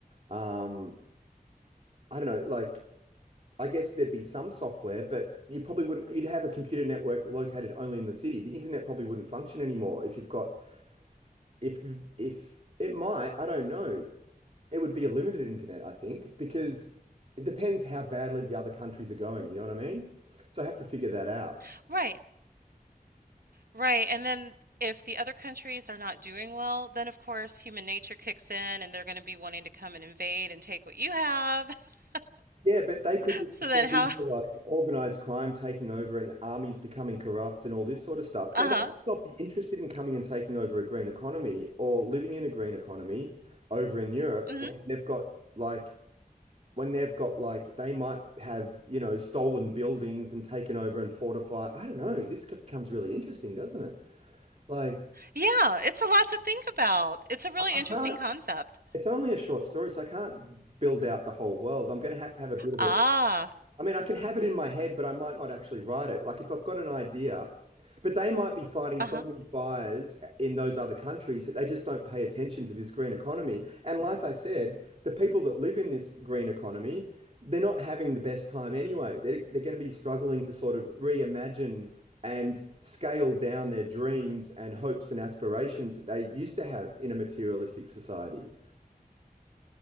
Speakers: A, on the right; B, on the right.
A: um I don't know like I guess there'd be some software, but you probably wouldn't you'd have a computer network located only in the city. The internet probably wouldn't function anymore if you've got if if it might, I don't know. It would be a limited internet, I think, because it depends how badly the other countries are going. You know what I mean? So I have to figure that out.
B: <laughs> right, right. And then if the other countries are not doing well, then of course human nature kicks in and they're going to be wanting to come and invade and take what you have. <laughs>
A: Yeah, but they could just
B: So then
A: descend
B: how?
A: into like organized crime taking over and armies becoming corrupt and all this sort of stuff.
B: Uh-huh.
A: No, they might not be interested in coming and taking over a green economy or living in a green economy over in Europe
B: hmm
A: when they've got like when they've got like they might have, you know, stolen buildings and taken over and fortify. I don't know. This becomes really interesting, doesn't it? Like
B: Yeah, it's a lot to think about. It's a really
A: I, I
B: interesting
A: can't.
B: concept.
A: It's only a short story, so I can't build out the whole world. I'm going to have to have a bit of
B: Ah,
A: a I mean, I can have it in my head, but I might not actually write it. Like if I've got an idea, but they might be fighting
B: uh-huh.
A: so many fires in those other countries that they just don't pay attention to this green economy. And like I said, the people that live in this green economy, they're not having the best time anyway. They're, they're going to be struggling to sort of reimagine and scale down their dreams and hopes and aspirations that they used to have in a materialistic society.